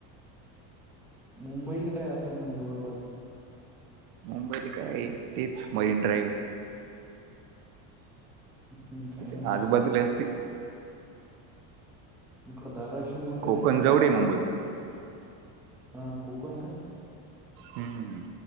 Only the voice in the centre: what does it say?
मुंबईला काय आसल म्हण जवळपास.
हम्म काही
ना काय
असेल
इकडे धाराशिव वगरे
इकड
काय असेल?
हा कोकण का?